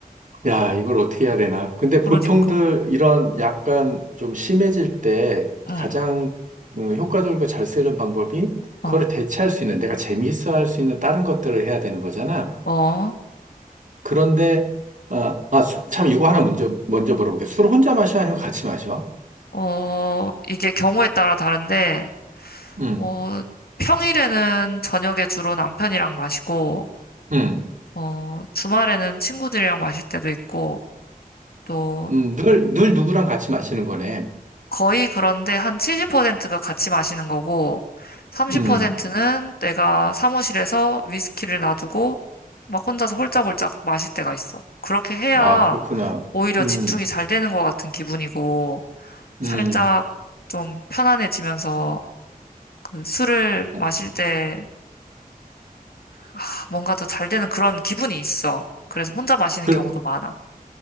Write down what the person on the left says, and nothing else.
그러니까.
응,
어,
어,
어, 이게 경우에 따라 다른데,
어, 평일에는 저녁에 주로 남편이랑 마시고,
어, 주말에는 친구들이랑 마실 때도 있고, 또
거의 그런데 한 70%가 같이 마시는 거고, 30%는
내가 사무실에서 위스키를 놔두고, 막 혼자서 홀짝홀짝 마실 때가 있어. 그렇게 해야
오히려
집중이 잘 되는 것 같은 기분이고, 살짝
좀 편안해지면서 그 술을
마실 때 아, 뭔가 더 잘 되는 그런 기분이 있어. 그래서 혼자 마시는
경우도 많아.